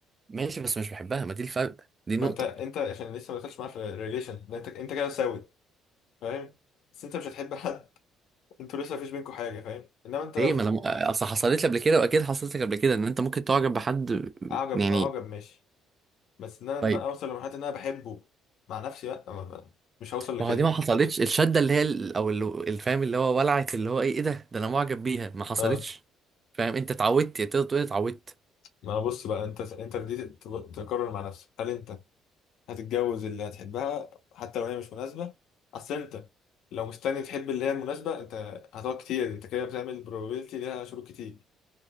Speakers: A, on the right; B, on the left.
A: ماشي بس مش بحبها ما دي الفرق دي النقطة
B: ما انت انت عشان لسه ما دخلتش معاه في الريليشن ده انت انت كده ساوي فاهم بس انت مش هتحب حد انتوا لسه مفيش بينكوا حاجه فاهم انما انت
A: ليه
B: لو فت...
A: ما انا اصل حصلت لي قبل كده واكيد حصلت لك قبل كده ان انت ممكن تعجب بحد
B: اعجب
A: يعني
B: اعجب ماشي بس ان انا إن
A: طيب
B: أنا اوصل لمرحله ان انا بحبه مع نفسي لا ما- ما- مش هوصل لكده
A: ما هو دي ما حصلتش الشده اللي هي ال- او ال- الفهم اللي هو ولعت اللي هو ايه ايه ده ده انا معجب بيها ما حصلتش
B: اه
A: فاهم انت اتعودت تقدر تقول اتعودت
B: ما بص بقى انت انت بديت تقرر مع نفسك هل انت هتتجوز اللي هتحبها حتى لو هي مش مناسبة اصل انت لو مستني تحب اللي هي المناسبة انت هتقعد كتير انت كده بتعمل probability ليها شروط كتير